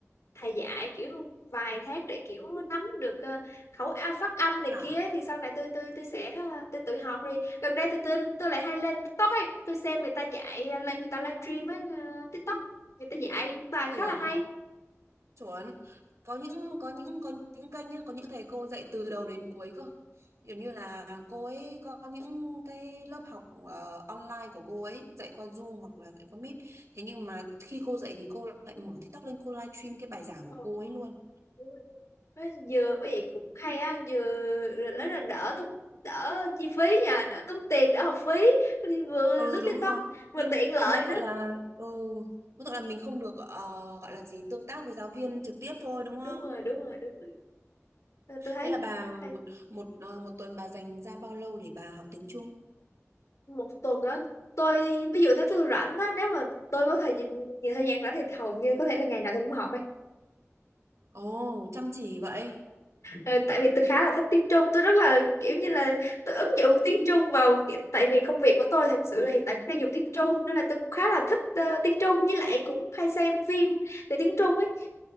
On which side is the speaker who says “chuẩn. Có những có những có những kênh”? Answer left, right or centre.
Right